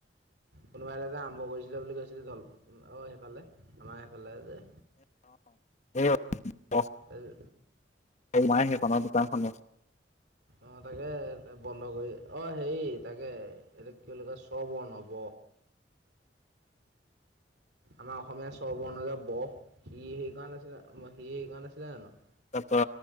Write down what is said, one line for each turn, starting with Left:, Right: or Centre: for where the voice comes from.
Right: কোনোবা এটা আৰম্ভ কৰিছিলে বুলি কৈছিলি ধল <unintelligible> অ সেইফালে আমাৰ সেইফালে যে।
Left: সেই অ
Right: যে
Left: মোমাইক সে <unintelligible> অ দোকানখনে। <unintelligible>
Right: অ তাকে বন্ধ কৰি অ হেৰি তাকে এ কি বুলি কয় চব বন হব।
Left: <inaudible>
Right: আমাৰ অসমীয়া স্বৰবৰ্ণ যে ব সি সেইকাৰণে আছিলে সি সেইকাৰণে আছিলে জানো। <unintelligible>
Left: তাপা।